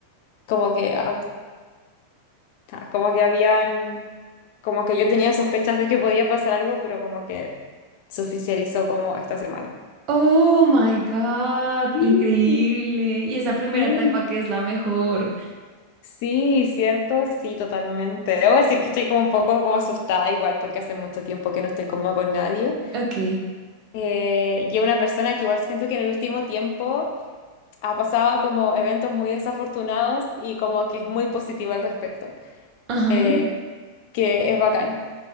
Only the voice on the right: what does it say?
Oh my God,
increíble. Y esa primera
etapa que es la mejor.
Ok,
ajá.